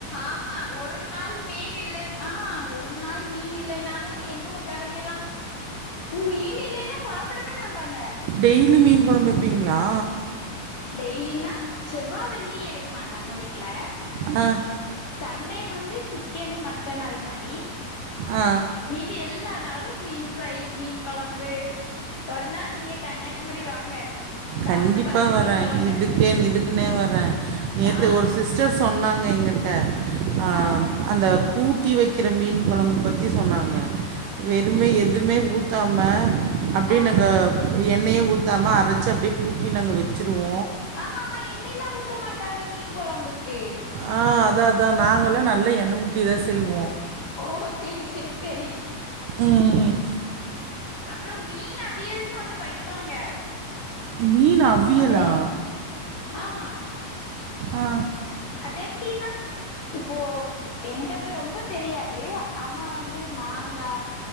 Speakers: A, on the left (about 65°); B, on the right (about 75°).
A: ஆமா ஒர் நாள் மீன் இல்லன் ஆ ஒர் நாள் மீன் இல்லைனாலு எங்க ஊர்க்காரங்க எல்லா ம் மீன் இல்லைனா சாப்படவே மாட்டாங்க.
B: டெய்லியு மீன் கொழம்பு வெப்பீங்ளா?
A: டெய்லினா செவ்வா வெள்ளி எடுக்க மாட்டாங்க வீட்ல.
B: அ
A: சண்டே வந்து சிக்கன் மட்டன் அது மாரி.
B: ஆ.
A: மீதி எல்லா நாளு மீன் ஃப்ரை மீன் கொழம்பு ஒரு நாள் நீங்க கன்னியாக் குமரி வாங்க. சாப்ட்டு
B: கண்டிப்பா
A: பாருங்க
B: வரே
A: மீன் கொழம்ப
B: இதுக்கேன் இதுக்குன்னே வரே நேத்து
A: ஆ
B: ஒரு சிஸ்டர் ஸ் சொன்னாங்க எங்கிட்ட அ
A: ஆ
B: ம் அந்த கூட் தி வெக்கிற மீன் கொழம்பு பத்தி சொன்னாங்க வெறுமை எது துமே ஊத்தாம அப்டே
A: ஆ
B: நாங்க எண்ணையே ஊத்தாம அரச்சு அப்டியே கூட்டி நாங்க வெச்சுருவோ.
A: ஆமாமா எண்ணெய்லா ஊத்த மாட்டாங்க மீன் கொழம்புக்கு.
B: ஆ அதா அதா நாங்கள்லா நல்லா எண்ண ஊத்திதா செய்வோ.
A: ஓ செரி செரி செரி.
B: ம்
A: அப்றம் மீன் அவியல்னு ஒன்னு வைப்பாங்க.
B: மீன் அவியலா?
A: அதேல் ஆமா.
B: ஆ.
A: அது எப்டின்னா இப்போ எனக்கு அது ரொம்ப தெரியாது அம்மா வந்து மாங்கா